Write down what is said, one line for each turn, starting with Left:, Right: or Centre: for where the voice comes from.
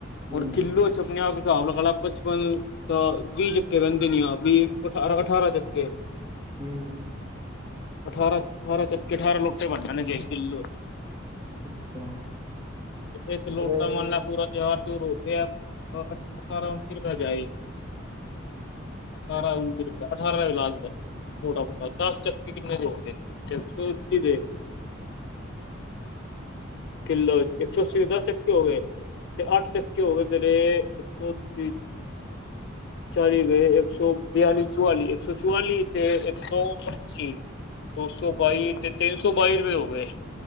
Right: ਹੂੰ
Left: ਹੁਣ ਕਿਲੋ ਚ ਪੰਜਾਹ ਆਪਲਾ ਕ ਬਚਪਨ ਅ ਵੀਹ ਚੱਕੇ ਬਹਿੰਦੇ ਨ ਆ ਵੀਹ ਅਠਾਰ-ਅਠਾਰਾਂ ਚੱਕੇ,
Right: ਹੂੰ,
Left: ਅਠਾਰਾਂ-ਅਠਾਰਾਂ ਚ ਅਠਾਰਾਂ ਲੁਟੇ ਬਣ ਜਾ ਨੇਗੇੇ ਕਿੱਲੋ ਚ
Right: ਅੱਛਾ
Left: ਇੱਕ ਲੋਟਾ
Right: ਅਰੇ
Left: ਮਨਲਾ ਪੂਰਾ ਤਿਹਾਰ ਰੋਕਿਆ ਸਾਰਾ ਮਿਣਦਾ ਜਾਈ। ਅਠਾਰਾਂ ਔ ਅਠਾਰਾਂ ਵੀ ਲਾਜ ਜਾ ਮੋਟਾ ਮੋਟਾ ਦਸ ਚੱਕੇ ਕਿੰਨੇ ਦੀ ਐ, ਚਤੁਥ ਦੇ, ਕਿੱਲੋ ਇੱਕ ਸੌ ਅੱਸੀ ਦਸ ਤੱਕੇ ਹੋ ਗਏ। ਤੇ ਅੱਠ ਚਕੇ ਹੋ ਗਏ ਤੇਰੇ ਇੱਕ ਸੌਤੀ, ਚਲੀ ਗਏ ਇੱਕ ਸੌ ਬਿਆਲੀ ਚੁਵਲੀ ਇੱਕ ਸੌ ਚੁਆਲੀ ਤੇ ਇੱਕ ਸੌ ਅੱਸੀ, ਦੋ ਸੌ ਬਾਈ ਤੇ ਤਿੰਨ ਸੌ ਬਾਈ ਰੁਪਏ ਹੋ ਗਏ।